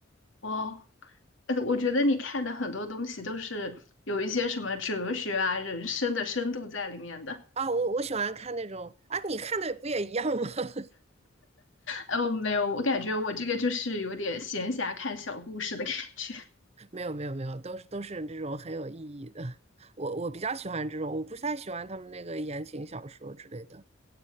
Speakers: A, on the left; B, on the right.
A: 哦，呃，我觉得你看的很多东西都是有一些什么哲学啊、人生的深度在里面的。
B: 啊，我我喜欢看那种啊，你看的不也一样吗？<laughs>
A: 呃，没有，我感觉我这个就是有点闲暇看小故事的感觉。
B: 没有没有没有，都是都是这种很有意义的。<laughs> 我我比较喜欢这种，我不太喜欢他们那个言情小说之类的。